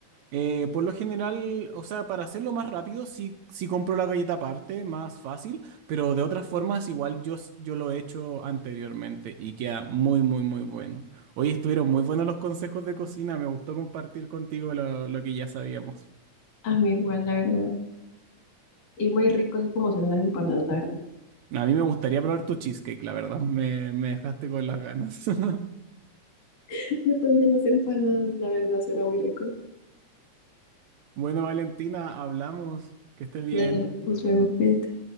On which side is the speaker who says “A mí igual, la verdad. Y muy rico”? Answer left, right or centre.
Left